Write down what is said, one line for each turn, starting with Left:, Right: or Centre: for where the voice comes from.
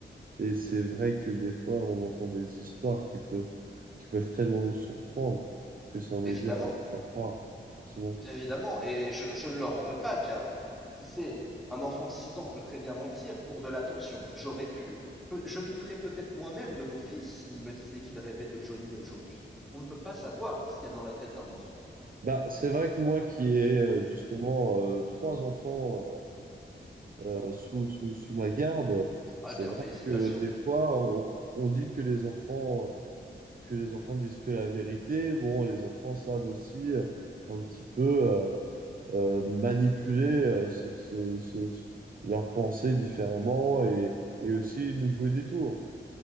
Right: Et c'est vrai que des fois, on entend des histoires qui peuvent, qui peuvent tellement nous surprendre que ça en
Centre: évidemment.
Right: est dur à, à croire, forcément.
Centre: Bien évidemment, et je, je ne leur en veux pas, car qui sait, un enfant de 6 ans peut très bien mentir pour de l'attention. J'aurais pu, Peu- je douterais peut-être moi-même de mon fils s'il me disait qu'il rêvait de Johnny aujourd'hui. On ne peut pas savoir ce qu'il y a dans la tête d'un enfant.
Right: Bah, c'est vrai que moi qui ai euh, justement euh, trois enfants euh, euh, sous, sous, sous ma garde,
Centre: Ah
Right: c'est
Centre: bien,
Right: vrai
Centre: félicitations.
Right: que des fois, on, on dit que les enfants que les enfants disent que la vérité. Bon, les enfants savent aussi euh, un petit peu euh, euh, manipuler euh, ce- ce- ce- ce- leurs pensées différemment et, et aussi nous jouer des tours.